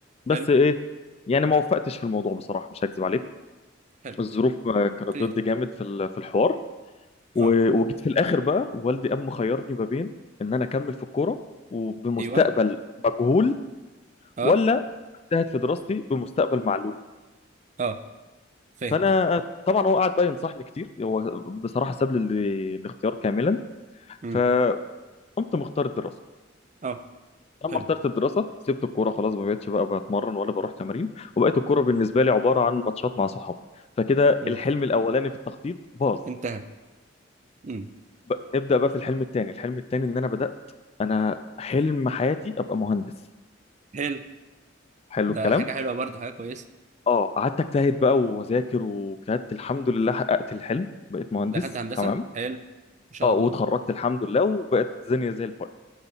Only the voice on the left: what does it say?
بس
ايه يعني ما وفقتش في الموضوع بصراحه مش هكذب عليك
الظروف ما كانت
ضدي جامد في ال- في الحوار و-
وجيت في الاخر بقى والدي قام مخيرني ما بين ان انا اكمل في الكوره وبمستقبل
مجهول
ولا اجتهد في دراستي بمستقبل معلوم
فانا طبعا هو قعد بقى ينصحني كتير هو بصراحه ساب لي ال- الاختيار كاملا
فقمت مختار الدراسه
لما
اخترت الدراسه سبت الكوره خلاص ما بقتش بقى بتمرن ولا بروح تمارين وبقيت الكوره بالنسبه لي عباره عن ماتشات مع صحابي فكده
الحلم الاولاني في التخطيط باظ
ب- نبدا بقى في الحلم الثاني الحلم الثاني ان انا بدات انا حلم حياتي ابقى مهندس
حلو
الكلام
اه قعدت اجتهد بقى واذاكر وكانت الحمد لله حققت الحلم بقيت مهندس
تمام
اه
واتخرجت الحمد لله وبقت الدنيا زي الفل